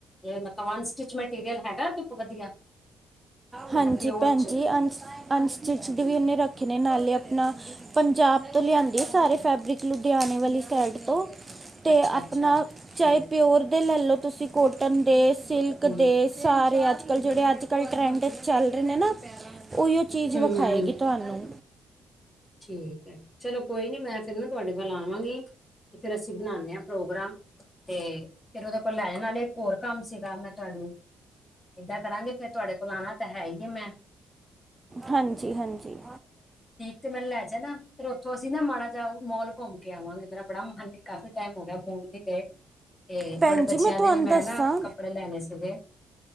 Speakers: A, on the left (about 20°); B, on the right (about 20°).
A: ਤੇ ਮਤਲਬਨ ਸਟਿਚ ਮਟੀਰੀਅਲ ਹੈਗਾ ਦੇਖੋ ਵਧੀਆ
B: ਹਾਂਜੀ
A: ਮਤਲਬ ਪਿਓਰ
B: ਭੈਣ
A: ਚ
B: ਜੀ ਅਨਸ ਅਨਸਟਿਚਡ ਵੀ ਉਹਨੇ ਰੱਖੇ ਨੇ ਨਾਲੇ ਆਪਣਾ ਪੰਜਾਬ ਤੋਂ ਲਿਆਂਂਦੀ ਹੈ। ਸਾਰੇ ਫੈਬਰਿਕ ਲੁਧਿਆਣੇ ਵਾਲੀ ਸਾਈਡ ਤੋਂ ਅਤੇ
A: ਅੱਛਾ
B: ਆਪਣਾ
A: ਅੱਛਾ ਠੀਕ
B: ਚਾਹੇ ਪਿਓਰ ਦੇ ਲੈ ਲਓ। ਤੁਸੀਂ ਕੋਟਨ ਦੇ, ਸਿਲਕ
A: ਹੂੰ
B: ਦੇ ਸਾਰੇ ਅੱਜ- ਕਲ ਜਿਹੜੇ ਅੱਜ -ਕੱਲ੍ਹ ਟਰੈਂਡ ਚੱਲ ਰਹੇ ਨੇ ਨਾ ਉਹੀ ਉਹ ਚੀਜ਼
A: ਹੂੰ
B: ਵਿਖਾਏਗੀ।
A: ਹੂੰ ਹੂੰ,
B: ਤੁਹਾਨੂੰ
A: ਠੀਕ ਹੈ। ਚਲੋ ਕੋਈ ਨੀ ਮੈਂ ਫਿਰ ਨਾ ਤੁਹਾਡੇ ਕੋਲ ਆਵਾਂਗੀ। ਤੇ ਫਿਰ ਅਸੀਂ ਬਣਾਦੇ ਹਾਂ ਪ੍ਰੋਗਰਾਮ ਤੇ, ਫਿਰ ਉਹਦੇ ਕੋਲ ਲੈ ਜਾਣ ਵਾਲੇ ਇੱਕ ਹੋਰ ਕੰਮ ਸੀ। ਮੈਂ ਤੁਹਾਨੂੰ ਏਦਾਂ ਕਰਾਂਗੇ। ਫੇਰ ਤੁਹਾਡੇ ਕੋਲ ਆਉਣਾ ਤਾਂ ਹੈ ਹੀ ਕਿ ਮੈ
B: ਹਾਂਜੀ- ਹਾਂਜੀ।
A: ਤੁਸੀਂ ਮੈਨੂੰ ਲੈ ਜਾਣਾ। ਉੱਥੋਂ ਅਸੀਂ ਨਾ ਮਾੜਾ ਜਿਹਾ ਮੋਲ ਘੁੰਮ ਕੇ ਆਵਾਂਗੇ। ਮੇਰਾ ਬੜਾ ਮਨ ਹੈ ਕਾਫੀ ਕ ਮ ਮੋਲ ਨ ਗਏ। ਤੇ
B: ਭੈਣਜੀ,
A: ਤੁਹਾਡੇ ਬੱਚਿਆਂ
B: ਮੈਂ ਤੁਹਾਨੂੰ
A: ਦੇ ਵੀ
B: ਦੱਸਾਂ
A: ਮੈਂ ਨਾ ਕੱਪੜੇ ਲੈਣੇ ਸੀਗੇ